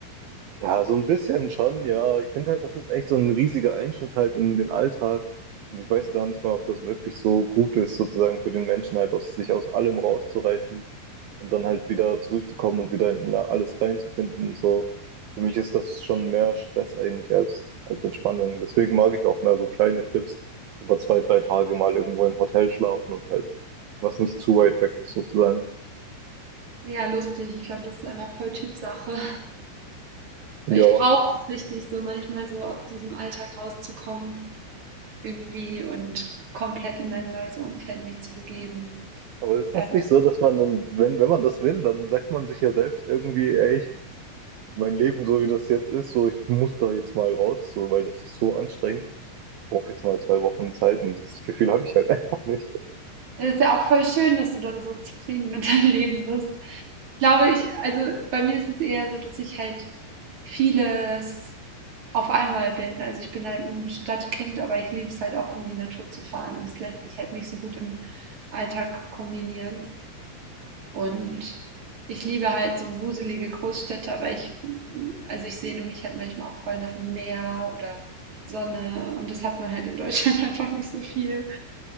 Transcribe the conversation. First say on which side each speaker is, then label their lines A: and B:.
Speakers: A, on the right (about 85°); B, on the right (about 40°).
A: Ja, so ein bisschen schon, ja. Ich finde halt, das ist echt so ein riesiger Einschnitt halt in den Alltag. Und ich weiß gar nicht mal, ob das wirklich so gut ist, sozusagen für den Menschen halt aus sich aus allem rauszureißen und dann halt wieder zurückzukommen und wieder in äh, alles reinzufinden und so. Für mich ist das schon mehr Stress eigentlich als, als Entspannung. Deswegen mag ich auch mehr so kleine Trips über zwei, drei Tage mal irgendwo im Hotel schlafen und halt was nicht zu weit weg ist sozusagen.
B: Ja, lustig. Ich glaube, das ist einfach voll Typsache.
A: Ja.
B: Weil ich brauche es richtig, so manchmal so aus diesem Alltag rauszukommen irgendwie und komplett in ein neues Umfeld mich zu begeben.
A: Aber ist
B: Äh,
A: das nicht so, dass man dann, wenn, wenn man das will, dann sagt man sich ja selbst irgendwie, ey, ich, mein Leben so wie das jetzt ist, so ich muss da jetzt mal raus, so, weil das ist so anstrengend. Ich brauche jetzt mal zwei Wochen Zeit und das Gefühl habe ich halt <laughs> einfach nicht.
B: Es ist ja auch voll schön, dass du dann so zufrieden mit deinem Leben bist. Ich glaube, ich, also bei mir ist es eher so, dass ich halt vieles auf einmal bin. Also ich bin halt ein Stadtkind, aber ich liebe es halt auch in die Natur zu fahren und es lässt sich halt nicht so gut im Alltag kombinieren. Und ich liebe halt so wuselige Großstädte, aber ich, also ich sehne mich halt manchmal auch voll nach dem Meer oder Sonne und das hat man halt in Deutschland <laughs> einfach nicht so viel.